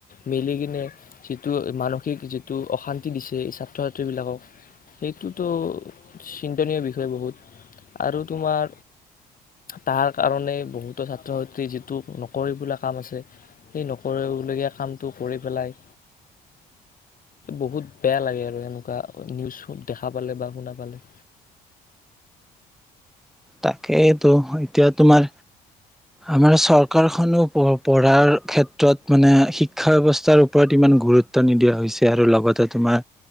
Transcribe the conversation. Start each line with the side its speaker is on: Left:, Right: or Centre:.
Left: মিলি কিনে যিটো মানসিক যিটো অশান্তি দিছে এই ছাত্ৰ ছাত্ৰীবিলাকক সেইটোতো চিন্তনীয় বিষয় বহুত আৰু তোমাৰ তাৰ কাৰণে বহুতো ছাত্ৰ ছাত্ৰী যিটো নকৰিবলগীয়া কাম আছে সেই নকৰিবলগীয়া কামটো কৰি পেলাই বহুত বেয়া লাগে আৰু এনেকুৱা নিউজ দেখা পালে বা শুনা পালে
Centre: তাকেটো এতিয়া তোমাৰ আমাৰ চৰকাৰখনো পঢ়াৰ ক্ষেত্ৰত মানে শিক্ষা ব্যৱস্থাৰ ওপৰত ইমান গুৰুত্ব নিদিয়া হৈছে আৰু লগতে তোমাৰ